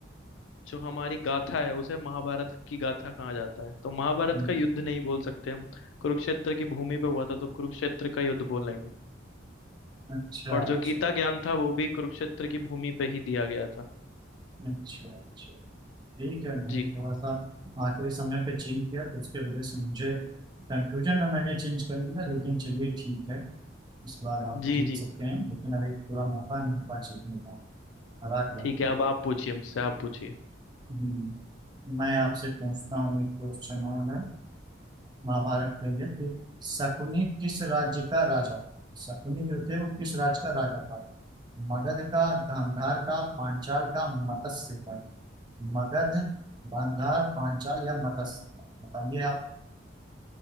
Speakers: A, on the left; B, on the right.
A: जो हमारी गाथा है उसे महाभारत की गाथा कहा जाता है तो महाभारत
B: हम्म,
A: का युद्ध नहीं बोल सकते हम कुरुक्षेत्र की भूमि पे हुआ था तो कुरुक्षेत्र का युद्ध बोलेंगे
B: अच्छा
A: और जो
B: अच्छा
A: गीता ज्ञान था वो भी कुरुक्षेत्र की भूमि पे ही दिया गया था
B: अच्छा अच्छा ठीक है मैंने
A: जी
B: थोड़ा सा आखिरी समय पे चेंज किया तो उसके वजह से मुझे कंफ्यूजन में मैंने चेंज कर दिया लेकिन चलिए ठीक है इस बार आप
A: जी
B: जीत
A: जी
B: सकते हैं लेकिन अभी पूरा मौका मेरे पास जीतने का हरा कर
A: ठीक
B: दिया
A: है अब आप पूछिए मुझसे आप पूछिए
B: हम्म, मैं आपसे पूछता हूँ एक क्वेश्चन है महाभारत के लिए कि शकुनी किस राज्य का राजा था शकुनी जो थे वो किस राज्य का राजा था मगध का गांधार का पांचाल का मत्स्य का मगध गांधार पांचाल या मत्स्य बताइए आप